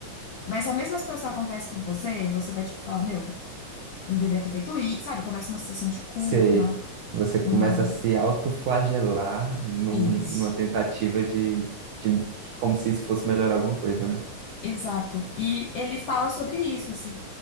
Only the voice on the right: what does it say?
Sei.
Você começa
a se autoflagelar num,
numa tentativa de, de que- como se isso fosse melhorar alguma coisa, né?